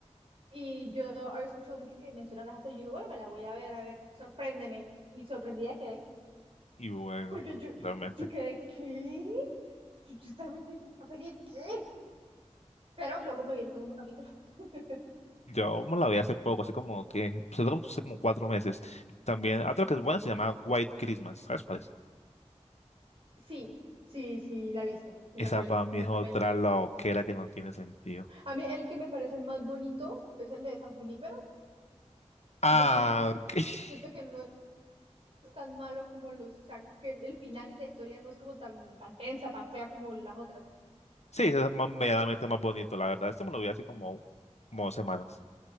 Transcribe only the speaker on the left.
Y bueno,
realmente.
Yo me la vi hace poco, hace como que, pues, hace como cuatro meses. También, otra que es buena se llama White Christmas. ¿Sabes cuál es?
Esa
para
mí es
otra
loquera que no tiene sentido.
Ah,
ok. <laughs>
Sí, ese es más, medianamente más bonito, la verdad. Este me lo vi hace como, como dos semanas.